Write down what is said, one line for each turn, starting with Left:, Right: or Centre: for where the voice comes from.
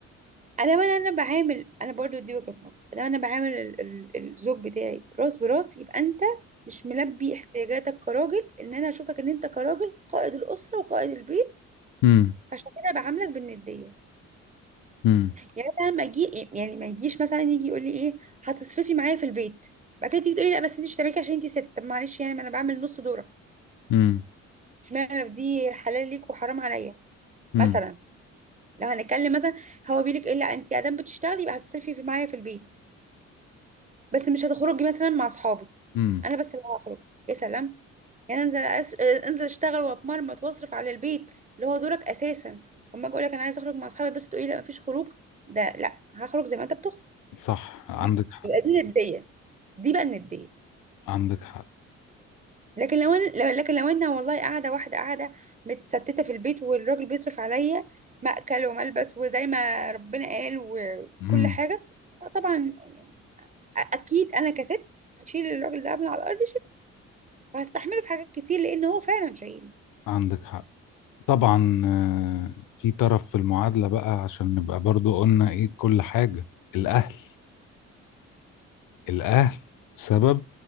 Right: ادام انا انا بعامل انا برضو دي وجهة نظر ادام انا بعامل ال- ال- الزوج بتاعي راس براس يبقى انت مش ملبي احتياجاتك كراجل ان انا اشوفك ان انت كراجل قائد الاسره وقائد البيت
Left: امم
Right: عشان كده بعاملك بالنديه
Left: امم
Right: يعني مثلا ما اجي يعني ما يجيش مثلا يجي يقول لي ايه هتصرفي معايا في البيت بعد كده تيجي تقولي لا بس انت اشتريكي عشان انت ست طب معلش يعني ما انا بعمل نص دورك
Left: امم
Right: اشمعنى دي حلال ليك وحرام عليا
Left: امم
Right: مثلا لو هنتكلم مثلا هو بيقول لك ايه لا انت ادام بتشتغلي يبقى هتصرفي في معايا في البيت بس مش هتخرجي مثلا مع اصحابك
Left: امم
Right: انا بس اللي هخرج يا سلام يعني انزل أس... انزل اشتغل واتمرمط واصرف على البيت اللي هو دورك اساسا وما اجي اقول لك انا عايزه اخرج مع اصحابي بس تقولي لا مفيش خروج ده لا هخرج زي ما انت بتخرج
Left: صح عندك
Right: دي-
Left: حق
Right: يبقى دي نديه دي بقى النديه
Left: عندك حق
Right: لكن لو انا لو- لكن لو انا والله قاعده واحده قاعده متستته في البيت والراجل بيصرف عليا مأكل وملبس وزي ما ربنا قال وكل
Left: امم
Right: حاجه لا طبعا يعني أ- اكيد انا كست هشيل الراجل ده من على الارض وهستحمله في حاجات كتير لان هو فعلا شهيد
Left: عندك حق طبعا آه، في طرف في المعادله بقى عشان نبقى برضو قلنا ايه كل حاجه الاهل الاهل سبب